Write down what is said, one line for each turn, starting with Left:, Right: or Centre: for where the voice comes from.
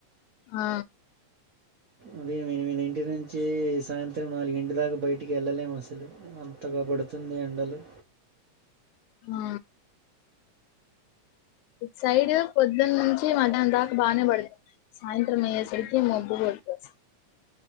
Left: ఆ
Right: ఉదయం ఎనిమిది ఇంటి నుంచి సాయంత్రం నాలుగింటి దాకా బయటికి వెళ్ళలేము అసలు అంతగాబడుతుంది ఎండలు
Left: ఆ సైడ్ పొద్దున్న నుంచి మధ్యాహ్నం దాకా బానే ప సాయంత్రం అయ్యేసరికి మబ్బు <unintelligible>